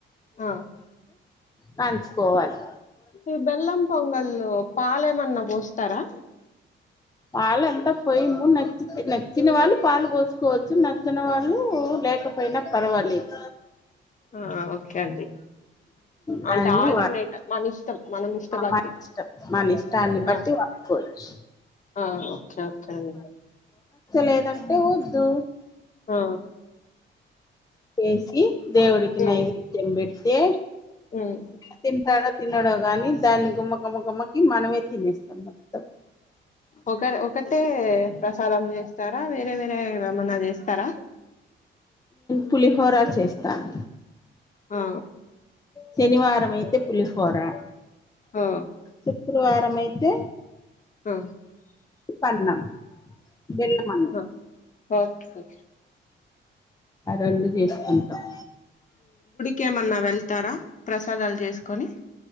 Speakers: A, on the left; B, on the left.
A: ఆ
B: కంచుకోవాలి
A: ఈ బెల్లం పొంగాల్లో పాలేమన్నా పోస్తారా
B: పాలు ఎంతా పోయ్యము నచ్చి నచ్చిన వాళ్ళు పాలు పోసుకోవచ్చు నచ్చని వాళ్ళు లేక లేకపోయినా పర్వాలేదు
A: ఆ ఓకే అండి
B: దాన్ని
A: అంటే ఆల్టర్నేట్
B: వా
A: మన ఇష్టం మనం ఇష్టపట్టి
B: మన ఇష్టం మన ఇష్టాన్ని బట్టి
A: ఆ
B: వాడుకోవచ్చు
A: ఆ ఓకే ఓకే అండి
B: లేదంటే వద్దు
A: ఆ
B: చేసి దేవుడికి
A: ఉమ్
B: నైవేద్యం పెడితే
A: ఉమ్
B: తింటాడా తినడో కాని దాన్ని గుమ్మగుమ్మ గుమ్మకి మనమే తినేస్తాం మొత్తం
A: ఒక ఒక్కటే ప్రసాదం చేస్తారా వేరే వేరే ఏమన్నా చేస్తారా
B: పులిహోరా చేస్తాను
A: ఆ
B: శనివారం అయితే పులిహో పోరా
A: ఆ
B: శుక్రవారం అయితే
A: ఆ
B: అన్నం బెల్లం అన్నం
A: ఆ ఓకే
B: ఆ రెండు చేసుకుంటాం
A: కేమన్నా వెళ్తారా ప్రసాదాలు చేసుకొని